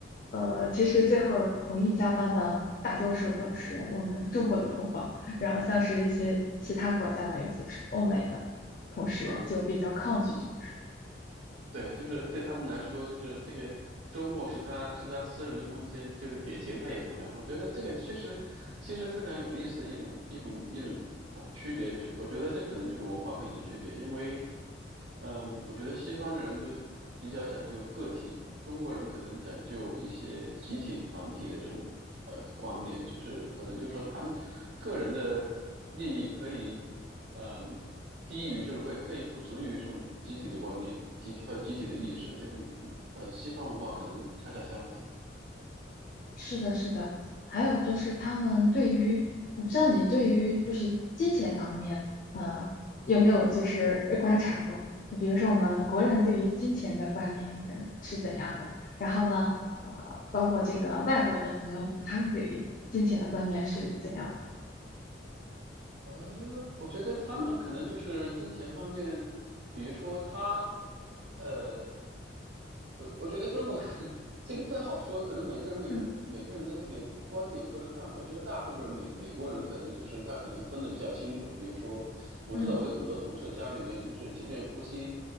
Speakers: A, on the left; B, on the right.
A: 呃，其实最后同意加班的大多数都是我们中国的同胞，然后像是一些其他国家的，尤其是欧美的同事就比较抗拒这个事。
B: 啊对，就是对他们来说，就是这个周末是他是他私人的空间，就是给钱他也不干。我觉得这个确实其实非常有意思的一种一种一种啊区别，就我觉得这可能就是文化背景的区别，因为嗯，我觉得西方的人都比较讲究个体，中国人可能讲究一些集体团体的这种呃观念，就是可能就是说谈个人的利益可以。嗯，低于就是会可以储存于这种集体的观念、集体和集体的意识，但是嗯呃，西方文化可能恰恰相反。
A: 是的，是的。还有就是他们对于，我不知道你对于就是金钱方面，呃，有没有就是呃观察过？就比如说我们国人对于金钱的观念可能是怎样的，然后呢，呃，包括这个外国的朋友们，他们对于金钱的观念是怎样的？
B: 呃，我觉得他们可能就是金钱方面，比如说他，呃，我我觉得中国 <laughs> 这个不太好说，可能每个人每个每个人的那个观点或者看法，
A: 嗯
B: 就是大部分美美国人可能就是他可能分的比较清楚。比如说，我知道我有很多同事家里面就是，
A: 嗯
B: 即便夫妻